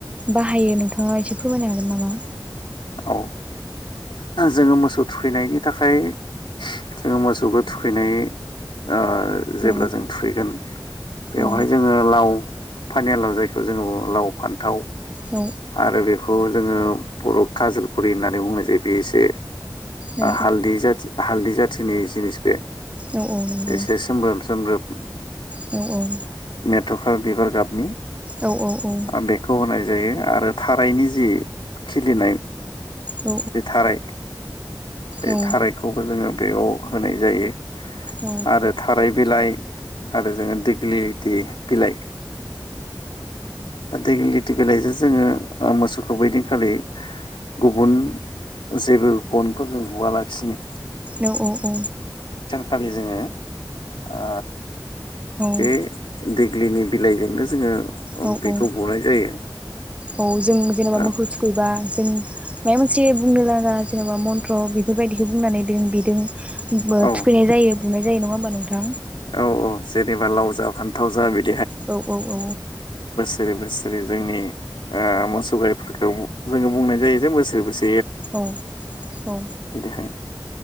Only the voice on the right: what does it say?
बाहायो नोंथाङा एसे फो फोरमायनो हागोन नामा?
औ
औ
औ
औ
औ औ नंगौ
औ औ
औ औ औ
औ
औ
औ
औ औ औ
औ
औ
औ
औ जों जेनेबा
मोखौ थुखैबा जों माय मोनसे बुंनो लागा जेनेबा मन्त्र बेफोरबायदिखौ बुंनानै बें बिदों
थुखैनाय जायो बुनाय जायो नङा होमबा नोंथां
औ औ औ औ
औ औ